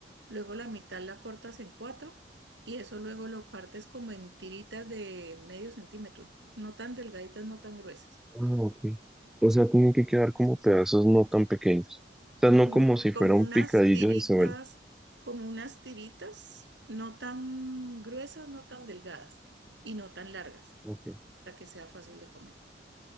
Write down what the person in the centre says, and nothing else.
ah, ok. O sea, tiene que quedar como pedazos no tan pequeños.
O sea, no como si
fuera
un picadillo
de cebolla.
Ok,